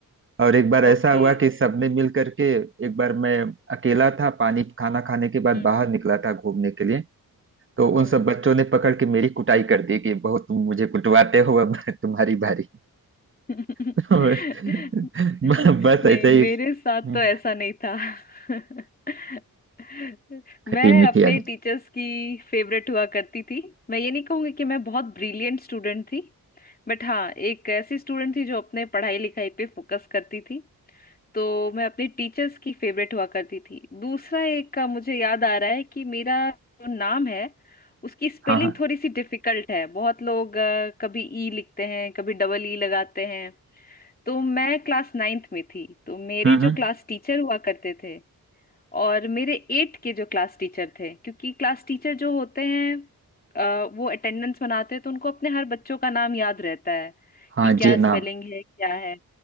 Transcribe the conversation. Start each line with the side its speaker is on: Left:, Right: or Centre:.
Right: और एक बार ऐसा
Left: ओके
Right: हुआ कि सबने मिल करके एक बार मैं अकेला था पानी खाना खाने के बाद
Left: हम्म
Right: बाहर निकला था घूमने के लिए तो
Left: हम्म
Right: उन सब बच्चों ने पकड़ के मेरी कुटाई कर दी कि बहुत तुम मुझे कुटवाते हो अब तुम्हारी बारी
Left: <laughs> नहीं
Right: <laughs> बस ऐसे
Left: मेरे
Right: ही
Left: साथ
Right: हम्म,
Left: तो ऐसा नहीं था <laughs>
Right: खटी
Left: मैं
Right: मीठी
Left: अपने
Right: याद
Left: टीचर्स की फेवरेट हुआ करती थी मैं ये नहीं कहूंगी कि मैं बहुत ब्रिलियंट स्टूडेंट थी बट हाँ एक ऐसी स्टूडेंट थी जो अपने पढ़ाई लिखाई पे फोकस करती थी तो मैं अपने टीचर्स की फेवरेट हुआ करती थी दूसरा एक का मुझे याद आ रहा है कि मेरा जो नाम है उसकी स्पेलिंग
Right: हाँ हाँ
Left: थोड़ी सी डिफिकल्ट है बहुत लोग अ, कभी ई लिखते हैं कभी डबल ई लगाते हैं तो मैं क्लास नाइन्थ में थी तो मेरे
Right: हम्म हम्म,
Left: जो क्लास टीचर हुआ करते थे और मेरे एट के जो क्लास टीचर थे क्योंकि क्लास टीचर जो होते हैं अ, वो अटेंडेंस बनाते हैं तो उनको अपने हर बच्चों का नाम याद रहता है
Right: हाँ
Left: कि क्या
Right: जी ना
Left: स्पेलिंग है क्या है